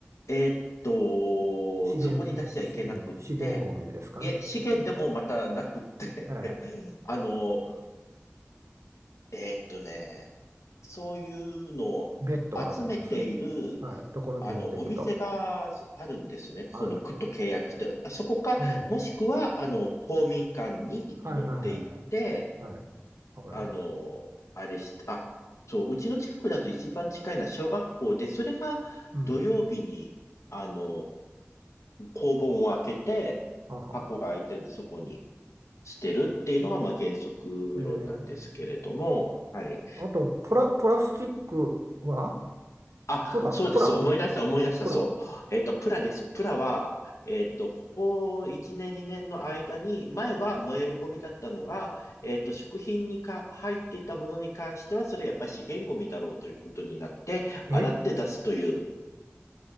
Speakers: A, on the left (about 75°); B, on the right (about 70°).
A: えっと、
B: 資源、
A: そこに出しちゃいけなくって、
B: 資源、資源ゴミですかね。
A: いえ、資源でもまたなくって
B: ええ、
A: <laughs> あの、えっとね、そういうのを
B: 別途あるんですね。
A: 集めている、
B: はい。ところに持っていくと。
A: あの、お店があるんですね。その区と契約して、
B: は
A: あそこか、
B: い。ええ。
A: もしくは、あの、公民館に持って行って、
B: はいはいはいはい。はい。わかります。
A: あの、あれして、あ、そう、うちの近くだと一番近いのは小学校で、それが土曜日に、
B: うん。
A: あの、校門を開けて、
B: あはは。
A: 箱が開いてるんで、そこに捨てるっていうのが、まあ、原則論なんですけれども、
B: ええ。
A: はい。
B: あと、プラ、プラスチックは
A: あ、
B: プラ、
A: そうです。
B: プラ、
A: 思い出した、思い出した、
B: プラ。
A: そう。えっと、プラです。プラは、えっと、ここ1年、2年の間に、前は燃えるゴミだったのが、えっと、食品にか入っていたものに関しては、それやっぱり資源ゴミだろうということになって、
B: え
A: 洗って出すという、